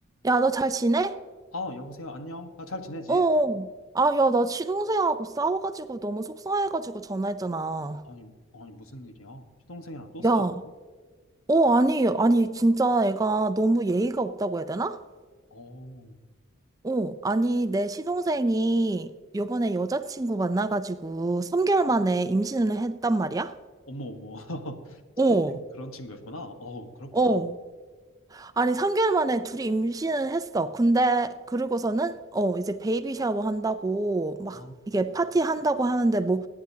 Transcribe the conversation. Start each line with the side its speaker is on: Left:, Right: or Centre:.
Right: 야, 너 잘 지내?
Left: 아, 여보세요. 안녕. 나 잘 지내지?
Right: 어. 어. 아, 야, 나 시동생하고 싸워가지고 너무 속상해가지고 전화했잖아.
Left: 아니, 아니, 무슨 일이야? 시동생이랑 또 싸웠어?
Right: 야, 어, 아니, 아니, 진짜 애가 너무 예의가 없다고 해야 되나?
Left: 어,
Right: 어, 아니, 내 시동생이 요번에 여자친구 만나가지고 3개월
Left: 아,
Right: 만에 임신을 했단 말이야?
Left: 어머, 어머. <laughs> 시동생
Right: 어,
Left: 그런 친구였구나. 어, 그렇구나.
Right: 어. 아니, 3개월 만에 둘이 임신을 했어. 근데, 그러고서는, 어, 이제 베이비 샤워 한다고, 막,
Left: 아,
Right: 이게 파티 한다고 하는데, 뭐,